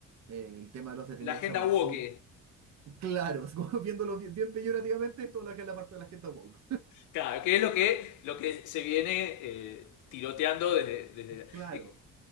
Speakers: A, on the right; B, on the left.
A: eh, el tema de los detenidos
B: La agenda
A: desaparecidos.
B: woke.
A: Claro, <laughs> es como viéndolo bien, bien peyorativamente, todo lo que es la parte de la gente woke.
B: Claro, que es lo que, lo que se viene eh, tiroteando desde... desde
A: Claro.
B: eh,